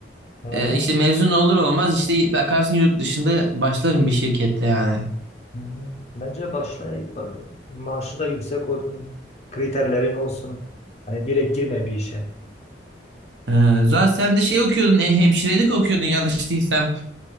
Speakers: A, on the left; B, on the right.
A: ha,
B: E, işte mezun olur olmaz işte bakarsın yurt dışında başlarım bir şirkette yani.
A: hı. Bence başla ya ilk başta. Maaşı da yüksek olsun. Kriterlerin olsun. Hani direkt girme bir işe.
B: E, zaten sen de şey okuyordun, e, hemşirelik okuyordun yanlış değilsem.